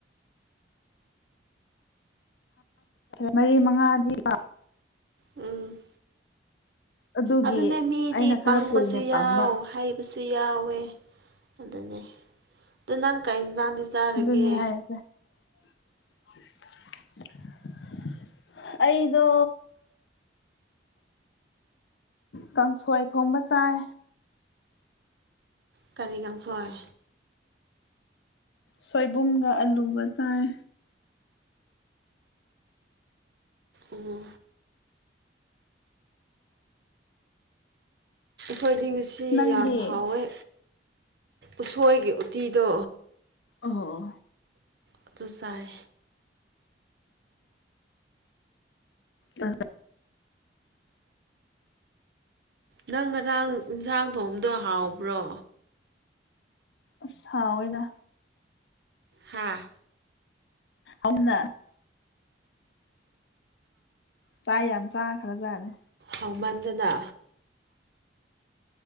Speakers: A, on the left (about 70°); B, on the right (about 60°).
A: ꯃꯔꯤ ꯃꯉꯥꯗꯤꯀꯣ
B: ꯎꯝ
A: ꯑꯗꯨꯒꯤ
B: ꯑꯗꯨꯅꯤ ꯃꯤꯗꯤ
A: ꯑꯩꯅ ꯈꯔ
B: ꯄꯡꯕꯁꯨ
A: ꯀꯨꯏꯅ ꯇꯝꯕ
B: ꯌꯥꯎ ꯍꯩꯕꯁꯨ ꯌꯥꯎ ꯑꯣꯏ ꯑꯗꯨꯅꯦ ꯑꯗꯨ ꯅꯪ ꯀꯩ ꯥꯅꯪꯗꯤ ꯆꯥꯔꯒꯦ
A: ꯑꯗꯨꯅꯦ ꯍꯥꯏꯔꯤꯁꯦ <unintelligible> ꯑꯩꯗꯣ ꯀꯥꯡꯁꯣꯏ ꯊꯣꯡꯕ ꯆꯥꯏ
B: ꯀꯔꯤ ꯀꯥꯡꯁꯣꯏ
A: ꯁꯣꯏꯕꯨꯝꯒ ꯑꯂꯨꯒ ꯆꯥꯏ
B: ꯑꯣ ꯈꯣꯏꯗꯤ ꯉꯁꯤ
A: ꯅꯪꯗꯤ
B: ꯌꯥꯝ ꯍꯥꯎꯑꯦ ꯎꯁꯣꯏꯒꯤ ꯎꯇꯤꯗꯣ
A: ꯑꯣ
B: ꯑꯗꯨ ꯆꯥꯏ
A: ꯑ
B: ꯅꯪ ꯉꯔꯥꯡ ꯌꯦꯟꯁꯥꯡ ꯊꯣꯡꯕꯗꯣ ꯍꯥꯎꯕ꯭ꯔꯣ
A: ꯑꯁ ꯍꯥꯎꯏꯗ
B: ꯍꯥꯥ
A: ꯑꯩꯅ ꯆꯥꯛ ꯌꯥꯝ ꯆꯥꯈꯔꯖꯥꯠꯅꯦ
B: ꯍꯥꯎꯃꯟꯗꯅ